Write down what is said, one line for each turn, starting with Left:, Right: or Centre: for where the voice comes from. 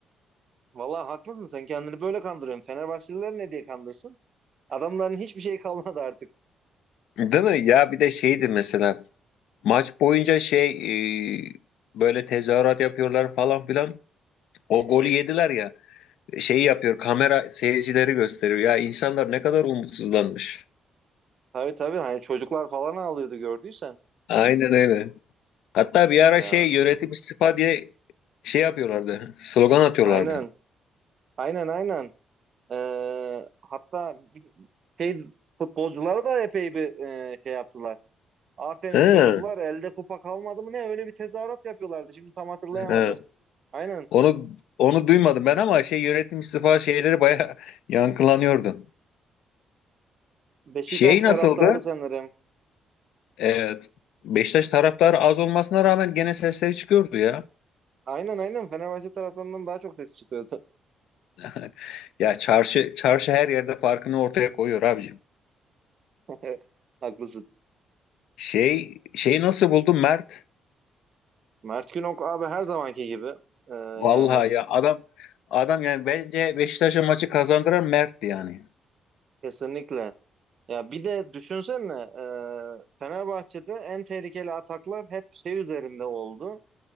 Right: Vallahi haklısın. Sen kendini böyle kandırıyorsun. Fenerbahçeliler ne diye kandırsın? Adamların hiçbir şey kalmadı artık.
Left: Değil mi? Ya bir de şeydi mesela maç boyunca şey e, böyle tezahürat yapıyorlar falan filan. O
Right: Hı hı.
Left: golü yediler ya. Şeyi yapıyor kamera seyircileri gösteriyor. Ya insanlar ne kadar umutsuzlanmış.
Right: Tabii tabii hani çocuklar falan ağlıyordu gördüysen.
Left: Aynen öyle. Hatta bir ara
Right: Ya
Left: şey yönetim istifa diye şey yapıyorlardı. Slogan atıyorlardı.
Right: aynen aynen aynen. Ee, hatta bir- şey futbolculara da epey bir e, şey yaptılar. Aferin
Left: He,
Right: çocuklar elde kupa kalmadı mı ne öyle bir tezahürat yapıyorlardı. Şimdi tam hatırlayamadım.
Left: he.
Right: Aynen
Left: Onu onu duymadım ben ama şey yönetim istifa şeyleri bayağı <laughs> yankılanıyordu.
Right: Beşiktaş
Left: Şey nasıldı?
Right: taraftarı sanırım.
Left: Evet. Beşiktaş taraftarı az olmasına rağmen gene sesleri çıkıyordu ya.
Right: Aynen aynen Fenerbahçe taraftarından daha çok ses çıkıyordu.
Left: <laughs> Ya çarşı çarşı her yerde farkını ortaya koyuyor abicim.
Right: <laughs> Haklısın.
Left: Şey şey nasıl buldun Mert?
Right: Mert Günok abi her zamanki gibi. Ee,
Left: Vallahi
Right: yani
Left: ya adam adam yani bence Beşiktaş'a maçı kazandıran Mert'ti yani.
Right: kesinlikle. Ya bir de düşünsene e, Fenerbahçe'de en tehlikeli ataklar hep şey üzerinde oldu.